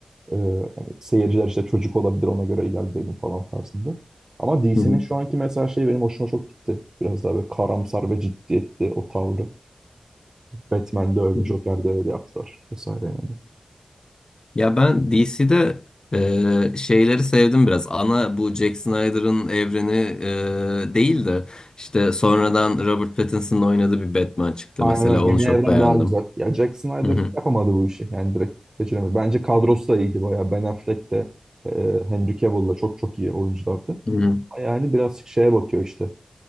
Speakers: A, on the right; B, on the left.
A: e, hani seyirciler işte çocuk olabilir ona göre ilerleyelim falan tarzında. Ama DC'nin
B: hı hı,
A: şu anki mesela şey benim hoşuma çok gitti. Biraz daha böyle karamsar ve ciddiyetli o tavrı. Batman'de öyle,
B: hı hı.
A: Joker'de öyle yaptılar vesaire yani.
B: Ya ben DC'de e, şeyleri sevdim biraz. Ana bu Jack Snyder'ın evreni e, değil de işte sonradan Robert Pattinson'ın oynadığı bir Batman çıktı
A: Aynen
B: mesela.
A: öyle.
B: Onu
A: Yeni
B: çok
A: evren
B: beğendim.
A: daha güzel. Ya Jack Snyder
B: Hı hı,
A: yapamadı bu işi. Yani direkt geçiremedi. Bence kadrosu da iyiydi bayağı. Ben Affleck de e, Henry Cavill da çok çok iyi oyunculardı.
B: hı hı.
A: Yani birazcık şeye bakıyor işte.